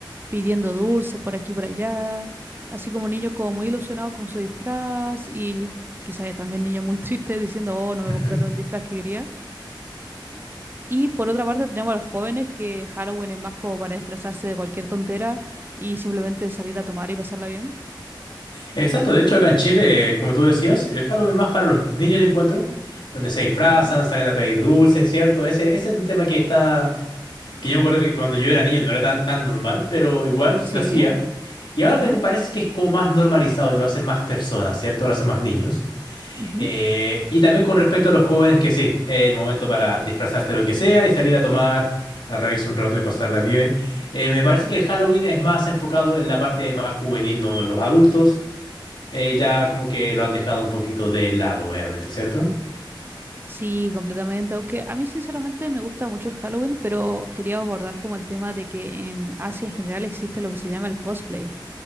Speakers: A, on the right (about 25°); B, on the left (about 65°).
A: pidiendo dulces por aquí y por allá, así como niños como muy ilusionados con su disfraz y quizás también niños muy <laughs> tristes diciendo, oh, no me
B: ujú.
A: compraron el disfraz que quería. Y por otra parte tenemos a los jóvenes que Halloween es más como para disfrazarse de cualquier tontera y simplemente salir a tomar y pasarla bien.
B: Exacto, de hecho acá en Chile, eh, como tú decías, el Halloween más para los niños yo encuentro, donde se disfrazan,
A: Ujú.
B: salen a pedir dulces, ¿cierto? Ese, ese es un tema que está, que yo me acuerdo que cuando yo era niño no era tan, tan normal, pero igual se
A: Sí.
B: hacía. Y ahora
A: Ujú,
B: pa- me parece que es como más normalizado y lo hacen más personas, ¿cierto? Lo hacen más niños.
A: ujú.
B: Eh, y también con respecto a los jóvenes, que sí, es el momento para disfrazarse de lo que sea y salir a tomar, a reírse un rato y pasarla bien. Eh, me parece que el Halloween es más enfocado en la parte más juvenil, no los adultos. eh, ya como que lo han dejado un poquito de lado, obviamente, ¿cierto?
A: Sí, completamente. Aunque a mí sinceramente me gusta mucho el Halloween, pero quería abordar como el tema de que en Asia en general existe lo que se llama el cosplay.